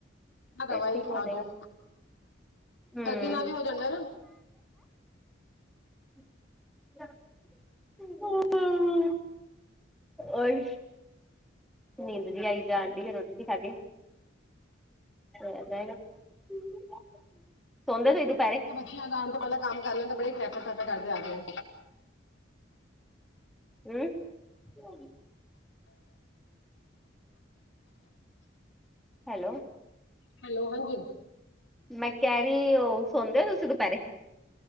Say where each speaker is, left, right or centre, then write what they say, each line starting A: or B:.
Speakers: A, on the left (about 85°); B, in the centre.
A: ਆ ਦਵਾਈ
B: ਫਿਰ ਠੀਕ
A: ਪਾਦੋ,
B: ਹੋ ਜਾਏਗਾ ਹੂੰ
A: ਸਰਦੀ ਨਾਲ ਵੀ ਹੋ ਜਾਂਦਾ ਨਾ।
B: ਹਮ <unintelligible> ਓਈ ਨੀਂਦ ਜੀ ਆਈ ਜਾਣ ਡਈ ਰੋਟੀ ਖਾ ਕੇ, ਹੋ ਜਾਏਗਾ। <unintelligible>
A: ਬੱਚੀਆਂ ਆਉਣ ਤੋਂ ਪਹਿਲਾਂ ਕੰਮ ਕਰ ਲਾ, ਬੜੀ ਠਕ, ਠਕ ਕਰਦੇ ਨੇ ਆ ਕੇ।
B: ਹਮ ਹੈਲੋ।
A: ਹੈਲੋ ਹਾਂਜੀ
B: ਮੈਂ ਕਹਿ ਰਹੀ, ਉਹ ਸੌਣਦੇ ਹੋ ਤੁਸੀਂ ਦੁਪਹਿਰੇ।